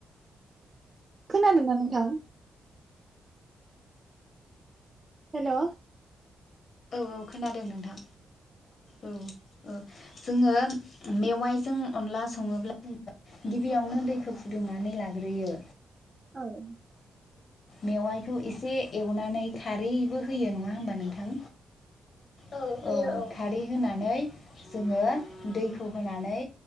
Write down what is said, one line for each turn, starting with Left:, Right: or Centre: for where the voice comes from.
Right: खोनादों ना नोंथां? हेल'।
Left: औ - औ खोनादों नोंथां औ। ओ जोङो मेवाइजों अनला सङोब्ला <unintelligible> गिबियावनो दैखो फुदुंनानै लाग्रोयो।
Right: औ
Left: मेवाइखौ इसे एवनानै खारैबो होयो नङा होमबा नोंथां? औ-औ होयो ओ खारै होनानै जोङो दैखौ होनानै